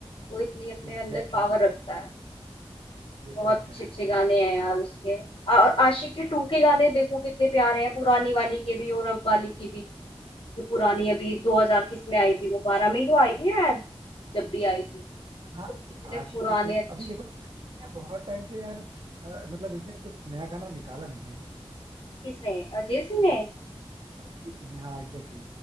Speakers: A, on the left; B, on the right.
A: वो इतनी अपने
B: एग्जैक्टली
A: अंदर पावर
B: exactly,
A: रखता है
B: ये
A: बहुत
B: तो रखता
A: अच्छे
B: है
A: अच्छे
B: वो
A: गाने
B: सही बात है
A: हैं यार उसके आ- और आशिक के टू के गाने देखो कितने प्यारे हैं पुरानी वाली के भी और अब वाली की भी जो पुरानी अभी 2000 किस में आई थी वो बारह में ही तो आई है यार जब भी आई थी मतलब
B: हाँ
A: इतने पुराने
B: आशिकी टू
A: अच्छे
B: अभी देखो लेकिन यार बहुत टाइम से यार अ, मतलब इसने कुछ नया गाना निकाला नहीं है
A: किसने अजय सिंह ने
B: अरिजीत सिंह ने हाँ एग्जैक्टली